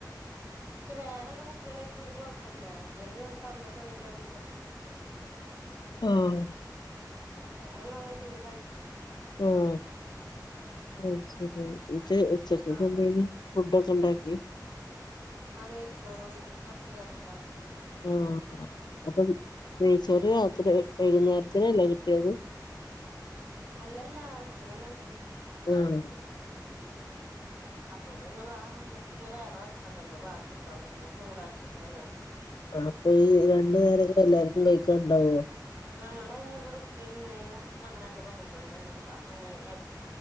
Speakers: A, on the right; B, on the left.
A: പക്ഷെ വേറെള്ള കുട്ടികളായിട്ടിവര് കൊഴപ്പില്ല ഇവര് തമ്മി തമ്മിലാണ് പ്രശ്നം
B: ആഹ്
A: വേറെള്ളവരായിട്ടിവര് കളിക്കും
B: ഉം
A: ഉം
B: അഹ് ശരി നിട്ട് ഉച്ചക്കെന്തെ
A: ആഹ്
B: കറി ഫുഡ് ഒക്കെ ഉണ്ടാക്കി
A: ആ നയ്ച്ചോറും എർച്ചിക്കറിം ണ്ടാക്കി
B: ആഹ് അപ്പം നെയ്ചോർ രാത്രി വൈകുന്നേരത്തിനല്ലേ കിട്ടിയത്
A: അല്ലല്ല ഉച്ചകന്നെ കിട്ടി കാലത്ത്
B: ആഹ്
A: കിട്ടി ഉം അപ്പൊ പിന്നെ വ പിന്നെ വേറെ വെക്കണ്ടല്ലോ ബാക്കി ണ്ടാവും ലോ ചൂടാക്കിട്ടത് കഴിച്ച്
B: ആ അപ്പൊ ഈ രണ്ടു നേരൊക്കെ എല്ലാർക്കും കഴിക്കാണ്ടാവുവോ
A: ഞങ്ങളയ്ന് വിടെ ഉപ്പേം മ്മേം ഞങ്ങ രണ്ടു പെൺകുട്ടികളും തന്നൊള്ളു. അനിയ ഏ